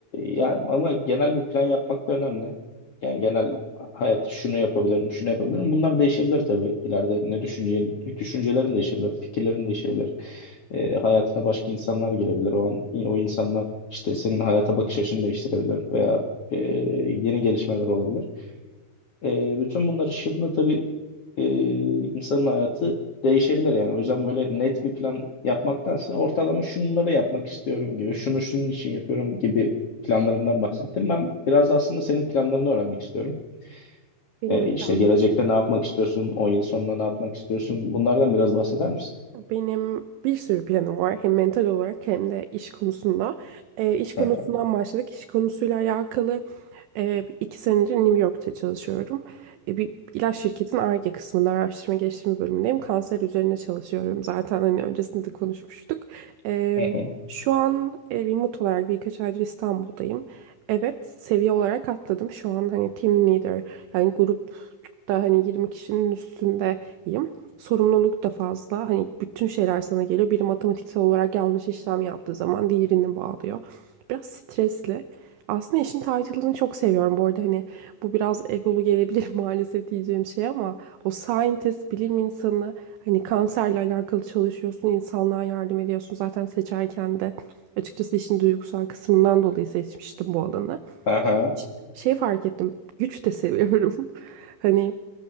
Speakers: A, on the left (about 70°); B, on the right (about 80°).
A: ya ama genel bir plan yapmak da önemli. Yani genel hayat şunu yapabilirim, şunu yapabilirim. Bunlar değişebilir tabii ileride. Ne düşüneceğin, düşüncelerin değişebilir, fikirlerin değişebilir. E, hayatına başka insanlar girebilir. O an o insanlar işte senin hayata bakış açını değiştirebilir veya e, yeni gelişmeler olabilir. E, bütün bunlar ışığında tabii e, insanın hayatı değişebilir yani. O yüzden böyle net bir plan yapmaktansa ortalama şunları yapmak istiyorum gibi, şunu şunun için yapıyorum gibi planlarımdan bahsettim. Ben biraz da aslında senin planlarını öğrenmek istiyorum.
B: benim
A: E, işte
B: planlarım.
A: gelecekte ne yapmak istiyorsun, 10 yıl sonra ne yapmak istiyorsun bunlardan biraz bahseder misin?
B: Benim bir sürü planım var. Hem mental olarak hem de iş konusunda. Ee, iş konusundan
A: Aha.
B: başladık. İş konusuyla alakalı e, iki senedir New York'ta çalışıyorum. E, bir ilaç şirketin Ar-Ge kısmında araştırma geliştirme bölümündeyim. Kanser üzerine çalışıyorum. Zaten hani öncesinde de konuşmuştuk. E,
A: Aha.
B: şu an e, remote olarak birkaç aydır İstanbul'dayım. Evet, seviye olarak atladım. Şu an hani team leader yani grupta hani 20 kişinin üstündeyim sorumluluk da fazla. Hani bütün şeyler sana geliyor. Biri matematiksel olarak yanlış işlem yaptığı zaman diğerini bağlıyor. Biraz stresli. Aslında işin title'ını çok seviyorum. Bu arada hani bu biraz egolu gelebilir <laughs> maalesef diyeceğim şey ama o scientist, bilim insanı hani kanserle alakalı çalışıyorsun, insanlığa yardım ediyorsun. Zaten seçerken de açıkçası işin duygusal kısmından dolayı seçmiştim bu alanı
A: Aha.
B: şey fark ettim. Güç de seviyorum. <laughs> Hani